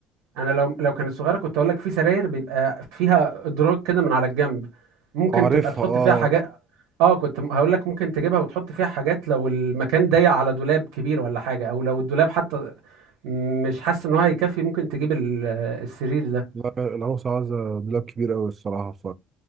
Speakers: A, on the right (about 80°); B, on the right (about 35°).
A: أنا لو لو كانت صغيرة كنت أقول لك في سراير بيبقى فيها إدراج كده من على الجنب ممكن
B: آه. اعرفها
A: تبقى تحط فيها حاجات
B: اه
A: اه كنت هقول لك ممكن تجيبها وتحط فيها حاجات لو المكان ضيق على دولاب كبير ولا حاجة أو لو الدولاب حتى مش حاسس إن هو هيكفي ممكن تجيب ال- السرير ده
B: لا العروسة عايزة مبلغ كبير قوي الصراحة ف